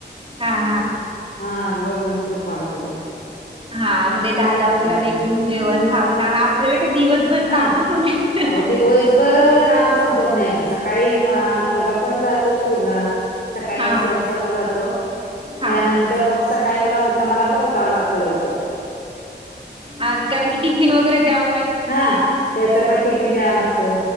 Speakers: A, on the right; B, on the left.
A: हा हा
B: हा बघू म्हटलं कॉल करू
A: हा म्हणे दादा वगैरेला
B: हा
A: एक जेवण खाऊन आपल्याला का दिवसभर
B: हा
A: कामच होते
B: अहो दिवसभर काम संपत नाही सकाळी मुलगा पण जातो स्कूल ला सकाळी
A: हा
B: सव्वा सातला जातो
A: हा
B: त्यानंतर मग सकाळी मला उटा मला पण उठावं लागतं लवकर
A: ह कारण की टिफिन वगैरे द्याव लाग
B: हा त्याचा पण टिफिन द्यावा लागतो